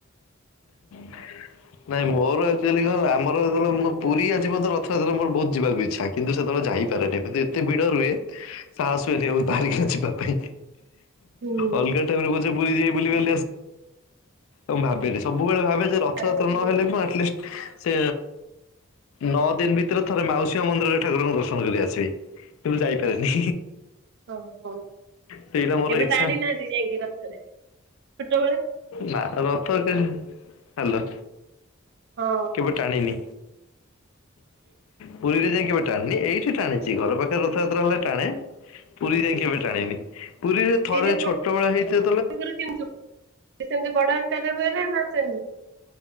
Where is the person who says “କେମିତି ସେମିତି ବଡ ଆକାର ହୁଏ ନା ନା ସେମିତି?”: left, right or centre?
Right